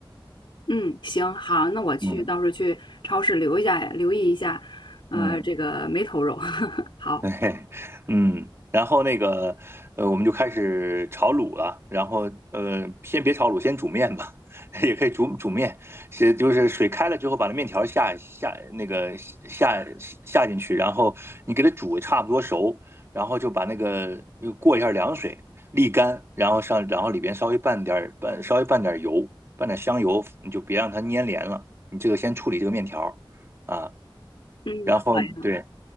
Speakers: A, on the left; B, on the right.
A: 嗯，行，好，那我去，
B: 嗯
A: 到时候去超市留一下，留意一下，呃，
B: 嗯。
A: 这个梅头肉，<laughs> 好，
B: <laughs> 嘿嘿，嗯，然后那个，呃，我们就开始炒卤了。然后，呃，先别炒卤，先煮面吧，<laughs> 也可以煮煮面。是就是水开了之后，把那面条下下那个下下进去，然后你给它煮差不多熟，然后就把那个又过一下凉水沥干，然后上然后里边稍微拌点儿拌稍微拌点儿油，拌点香油，你就别让它粘连了。你这个先处理这个面条儿啊，
A: 嗯，
B: 然后对。
A: 好呀，